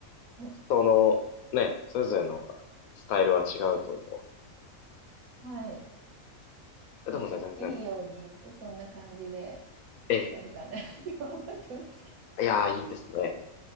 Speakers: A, on the right; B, on the left.
A: うん
B: その、ね、それぞれのスタイルは違うと思
A: はい。
B: う。
A: まあちょっといいように言うとそんな感じで
B: でもね、全然、え
A: なるかな <laughs> とは思ってますけど。
B: えいやー、いいですね。